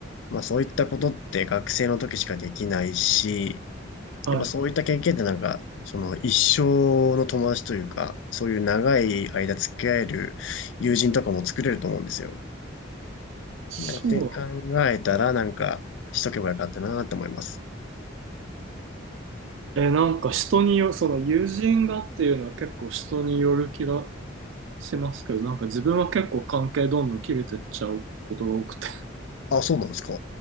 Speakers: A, on the left (about 70°); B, on the right (about 75°).
A: まあそういったことって学生の時しかできないし、
B: はい。
A: やっぱそういった経験ってなんか、その一生の友達というか、そういう長い間付き合える友人とかも作れると思うんですよ。
B: そ
A: なんかって考えたらなんかしとけばよかったなって思います。
B: う。え、なんか人によ、その友人がっていうのは結構人による気がしますけど、なんか自分は結構関係どんどん切れてっちゃうことが多くて
A: あ、そうなんですか